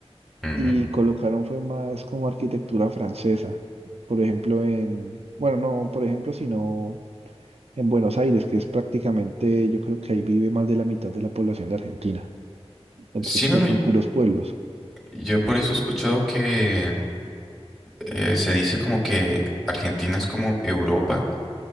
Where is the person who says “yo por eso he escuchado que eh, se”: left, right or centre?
Centre